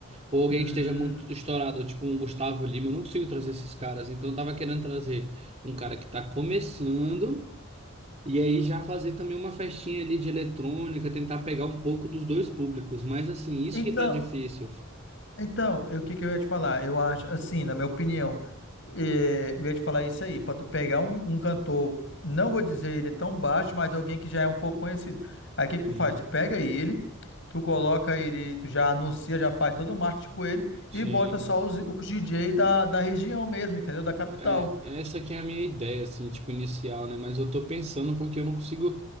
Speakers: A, on the right; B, on the left.
A: ou alguém
B: Hum,
A: que esteja muito estourado, tipo um Gustavo Lima, eu não consigo trazer esses caras. Então eu tava querendo trazer um cara que tá começando e aí já fazer também uma festinha ali de eletrônica, tentar pegar um pouco dos dois públicos. Mas assim, isso
B: então.
A: que tá difícil.
B: Então, eu- o que que eu ia te falar? Eu acho, assim, na minha opinião, eh, eu ia te falar isso aí, para tu pegar um, um cantor, não vou dizer ele tão baixo, mas alguém que já é um pouco conhecido. Aí o que que tu
A: Sim,
B: faz? Tu pega ele, tu coloca ele, tu já anuncia, já faz todo o marketing com ele
A: sim.
B: e bota só os, os DJ da, da região mesmo, entendeu? Da capital.
A: É, essa que é a minha ideia, assim, tipo, inicial, né? Mas eu tô pensando porque eu não consigo.